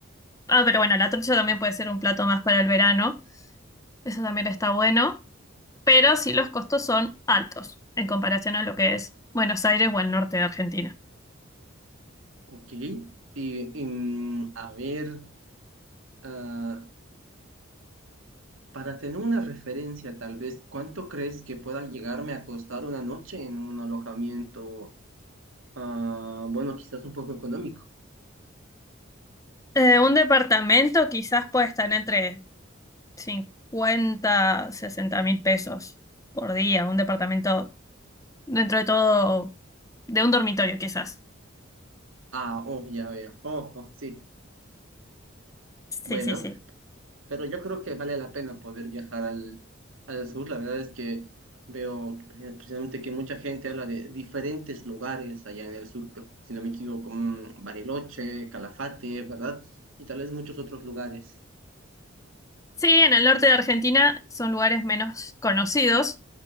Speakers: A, on the left; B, on the right.
A: Ah, pero bueno, la trucha también puede ser un plato más para el verano, eso también está bueno, pero sí los costos son altos en comparación a lo que es Buenos Aires o el norte de Argentina.
B: Ok. Y, y, mm, a ver, ah, para tener una referencia, tal vez, ¿cuánto crees que pueda llegarme a costar una noche en un alojamiento, ah, bueno, quizás un poco económico?
A: Eh, un departamento quizás puede estar entre 50, 60 mil pesos por día, un departamento dentro de todo, de un dormitorio quizás.
B: Ah, oh, ya veo. Oh, oh, sí.
A: Sí,
B: Bueno,
A: sí, sí.
B: pero yo creo que vale la pena poder viajar al, al sur. La verdad es que veo pre- precisamente que mucha gente habla de diferentes lugares allá en el sur, que- si no me equivoco, mm, Bariloche, Calafate, ¿verdad? Y tal vez muchos otros lugares.
A: Sí, en el norte de Argentina son lugares menos conocidos.